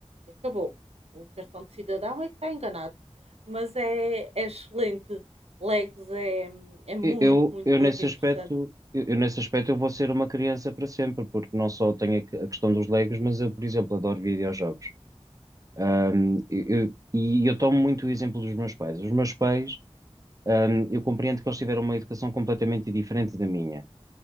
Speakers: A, on the right; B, on the right.
A: e acabou. O cartão de cidadão é que está enganado. Mas é, é excelente. Legos é, é muito,
B: E- Eu,
A: muito,
B: eu
A: muito
B: nesse
A: interessante.
B: aspecto, eu, eu nesse aspecto eu vou ser uma criança para sempre, porque não só tenho a que- a questão dos Legos, mas eu, por exemplo, adoro videojogos. Ahm, eu- eu- e eu tomo muito o exemplo dos meus pais. Os meus pais, ahm, eu compreendo que eles tiveram uma educação completamente diferente da minha.